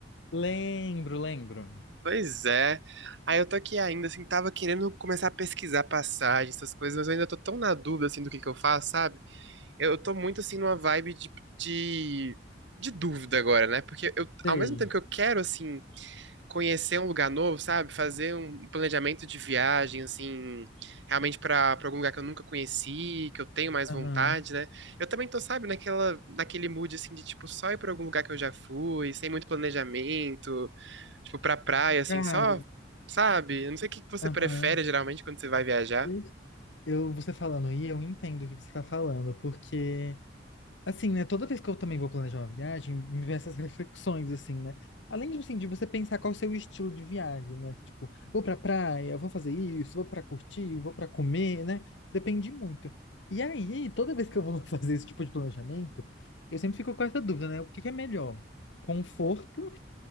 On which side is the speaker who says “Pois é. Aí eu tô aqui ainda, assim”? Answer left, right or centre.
Right